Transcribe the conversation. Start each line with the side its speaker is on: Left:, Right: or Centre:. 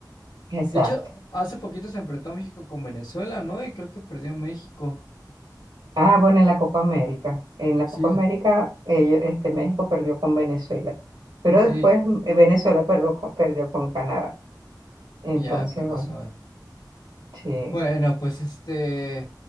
Right: Exacto.
Left: De hecho, hace poquito se enfrentó México con Venezuela, ¿no? Y creo que perdió México.
Right: Ah, bueno, en la Copa América, en la
Left: Sí,
Right: Copa América, ellos, este, México perdió con Venezuela, pero
Left: sí,
Right: después
Left: que-
Right: eh, Venezuela perdió con perdió con Canadá. Entonces,
Left: ya, con
Right: bueno,
Left: razón.
Right: sí,
Left: Bueno, pues este,